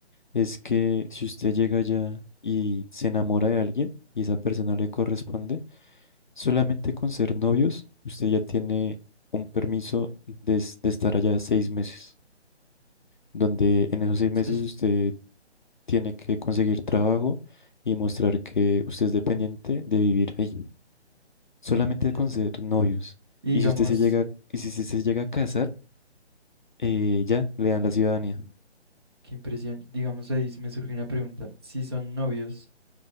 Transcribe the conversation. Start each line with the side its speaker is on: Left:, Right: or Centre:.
Left: es que si usted llega allá y se enamora de alguien y esa persona le corresponde, solamente con ser novios, usted ya tiene un permiso de, es- de estar allá seis meses donde en esos seis meses
Right: <laughs>
Left: usted tiene que conseguir trabajo y mostrar que usted es dependiente de vivir ahí, solamente
Right: Es interesante.
Left: con ser novios.
Right: Y
Left: Y
Right: digamos,
Left: si usted se llega, y si se, se llega a casar, eh, ya le dan la ciudadanía.
Right: qué impresión, digamos ahí sí me surge una pregunta. Si son novios.